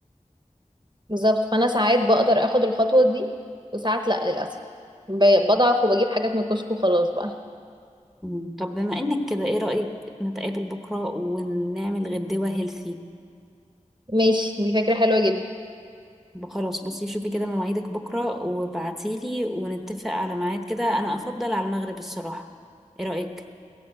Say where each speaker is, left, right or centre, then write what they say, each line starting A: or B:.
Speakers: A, on the right; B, in the centre.
A: بالظبط فانا ساعات بقدر اخد الخطوة دي وساعات لا للأسف ب- بضعف وبجيب حاجات من الكشك وخلاص بقى
B: مم. طب بما انك كده ايه رأيك نتقابل بكرة ونعمل غدوة هيلثي
A: ماشي دي فكرة حلوة جدا
B: خلاص بصي شوفي كده مواعيدك بكرة وبعتيلي ونتفق على ميعاد كده أنا أفضل على المغرب الصراحة إيه رأيك؟